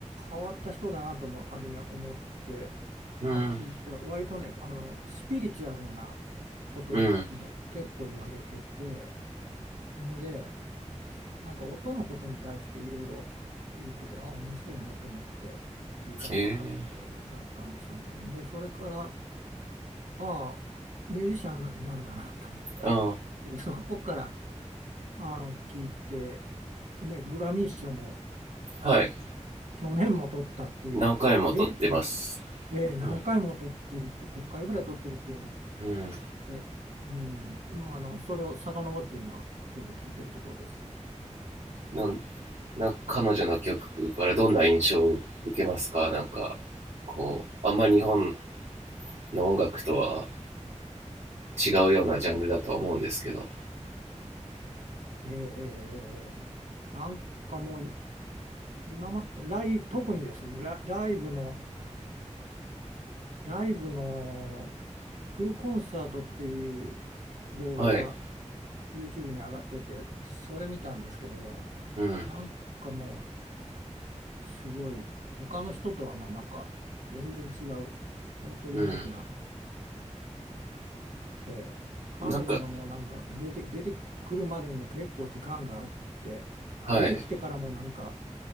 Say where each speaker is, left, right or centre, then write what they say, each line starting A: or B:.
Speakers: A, on the right; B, on the right.
A: 変わった人だなとも初め思って、
B: うん、
A: まあ、聞いてた割とねあのスピリチュアルなことも結構言われてて
B: うん、
A: んでなんか音のことに対していろいろ言っててあ面白いなと思って聞いたのが初めだったんですね。
B: へえ
A: でそれからああミュージシャンなんだなと思っ
B: あ
A: てでそこからあの聞いて、ね、グラミー賞も
B: あ、はい。
A: 去年も取ったっていうのを聞いて、
B: 何回も撮ってます。
A: ええと思って、ええ何回も取ってるって、
B: うん、
A: 5回ぐらい取ってるっていうのを
B: うん。
A: 聞いて、うん、まあ、あの、それを遡って今、ちょうど聞いてるところです。
B: なんなんか彼女の曲からどんな印象を受けますかなんかこうあんまり日本の音楽とは違うようなジャンルだとは思うんですけど
A: えーえーえーえーなんかもうい、今ま、ライブ、特にですね、ラ、ライブの、ライブのフルコンサートっていう動画が
B: はい
A: YouTube に上がってて、それ見たんですけど、
B: うん
A: なんかもう、すごい他の人とはまあなんか全然違う本当ユニークな、
B: うん
A: ええ彼女がもうなんか出て、
B: なんか
A: 出てくるまでにも結構時間があって出てきてからもなんか
B: はい